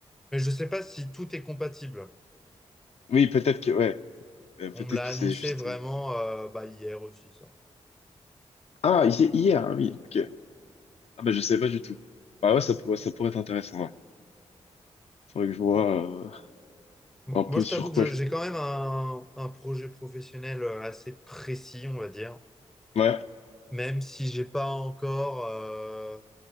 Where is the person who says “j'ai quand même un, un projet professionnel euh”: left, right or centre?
Centre